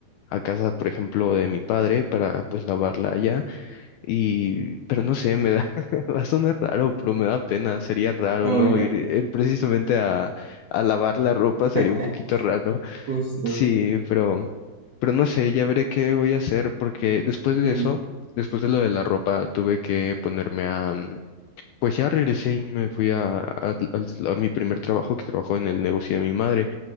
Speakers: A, on the left; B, on the right.
A: casa, por ejemplo, de mi padre para pues lavarla allá. Y, pero no sé, me da, <laughs> va a sonar raro, pero me da pena, sería raro,
B: Oh,
A: ¿no?
B: ya,
A: Ir, ir precisamente a, a lavar la ropa
B: <laughs>
A: sería un poquito raro.
B: justo.
A: Sí, pero, pero no sé, ya veré qué voy a hacer porque después de
B: Sí,
A: eso, después de lo de la ropa, tuve que ponerme a, mm, pues ya regresé y me fui a, a- al- a mi primer trabajo que trabajó en el negocio de mi madre